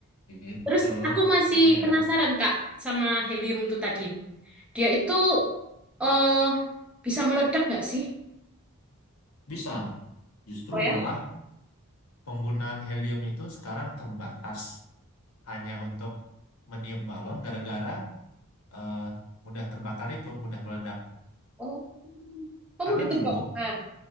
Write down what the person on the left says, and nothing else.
itu
makanya
kan
bisa. Justru
malah penggunaan helium itu sekarang terbatas hanya untuk meniup balon gara-gara eh, mudah terbakar itu, mudah meledak.
Karena
dulu,